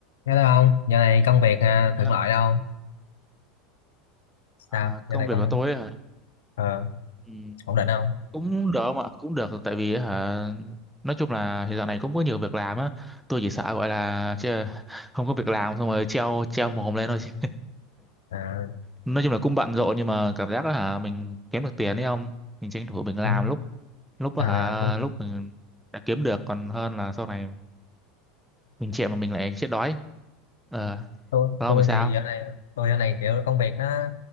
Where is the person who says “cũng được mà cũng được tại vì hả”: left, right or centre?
Centre